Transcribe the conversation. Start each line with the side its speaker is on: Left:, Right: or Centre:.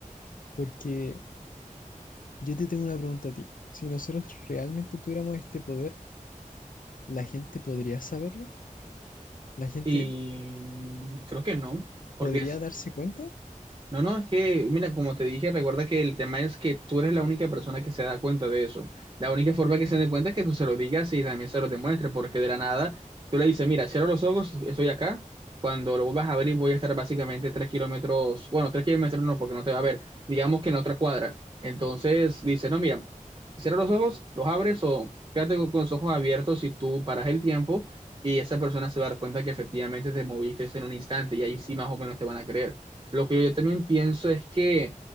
Left: porque Yo te tengo una pregunta a ti. Si nosotros realmente tuviéramos este poder, ¿la gente podría saberlo? ¿La gente
Right: Y creo que no, porque
Left: podría darse cuenta?
Right: No, no, es que, mira, como te dije, recuerda que el tema es que tú eres la única persona que se da cuenta de eso. La única forma que se dé cuenta es que tú se lo digas y también se lo demuestres, porque de la nada tú le dices, mira, cierro los ojos, estoy acá. Cuando lo vuelvas a abrir, voy a estar básicamente tres kilómetros, bueno, tres kilómetros no, porque no te va a ver, digamos que en la otra cuadra. Entonces dice, no, mira, cierra los ojos, los abres o quédate con con los ojos abiertos y tú paras el tiempo y esa persona se va a dar cuenta que efectivamente te moviste en un instante y ahí sí más o menos te van a creer. Lo que yo también pienso es que